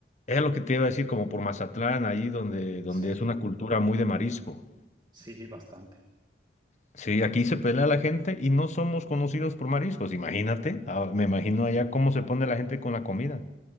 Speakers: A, on the left; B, on the right.
A: es lo que te iba a decir, como por Mazatlán, ahí donde, donde
B: Sí.
A: es una cultura muy de marisco.
B: Sí, bastante.
A: Sí, aquí se pelea la gente y no somos conocidos por mariscos, imagínate, ah, me imagino allá cómo se pone la gente con la comida.